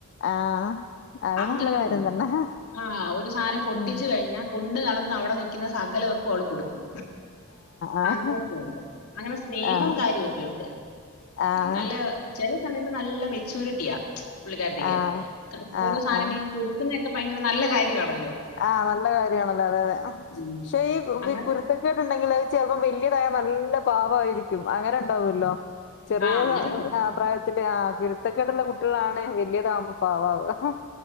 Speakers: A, on the left; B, on the left.
A: ആഹ് അത്
B: അങ്ങനൊക്കെയുണ്ട്.
A: നല്ല കാര്യം തന്നെ
B: ആ ഒരു സാധനം പൊട്ടിച്ചു
A: ഉം
B: കഴിഞ്ഞാ കൊണ്ട് നടന്ന് അവിടെ നിക്കുന്ന സകല പേർക്കും അവള് കൊടുക്കും
A: ആഹ്
B: അങ്ങനെയൊക്കെയുണ്ട് അങ്ങനെ സ്നേഹവും
A: ആഹ്
B: കാര്യമൊക്കെയുണ്ട്
A: ആഹ്
B: നല്ല ചില സമയത്ത് നല്ല മെച്ചൂരിറ്റിയാ പുള്ളിക്കാരത്തിക്ക്
A: ആഹ് ആഹ്
B: ഓരോ സാധനങ്ങളും
A: ആഹ്
B: കൊടുക്കുന്നയാക്കെ ഭയങ്കര നല്ല കാര്യമാണ
A: ആഹ് നല്ല കാര്യാണ് അതെ അതെ
B: ഉം.
A: പക്ഷേ ഈ
B: അങ്ങനൊക്കെ
A: വി കുരുത്തക്കേടുണ്ടെങ്കിൽ അത് ചെലപ്പം വ ല്യതായ നല്ല പാവമായിരിക്കും അങ്ങനെ ഉണ്ടാവൊല്ലോ ചെറിയ
B: ആ അങ്ങനെ
A: താ ആ പ്രായ ത്തിൻ്റെ ആ കുരുത്തക്കേടുള്ള കുട്ടികളാണ് വല്ലിയതാവുമ്പേ പാവാവാ